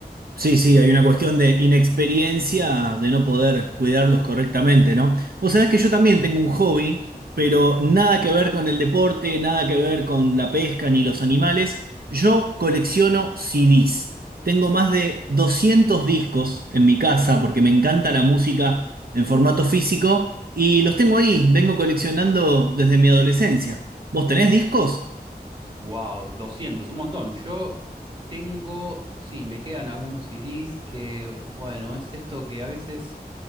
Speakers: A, on the right (about 65°); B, on the right (about 30°).
A: Sí, sí, hay una cuestión de inexperiencia, de no poder cuidarlos correctamente, ¿no? Vos sabés que yo también tengo un hobby, pero nada que ver con el deporte, nada que ver con la pesca ni los animales. Yo colecciono CDs. Tengo más de 200 discos en mi casa porque me encanta la música en formato físico y los tengo ahí, vengo coleccionando desde mi adolescencia. ¿Vos tenés discos?
B: Wow, 200, un montón. Yo tengo, sí, me quedan algunos CDs que, bueno, es esto que a veces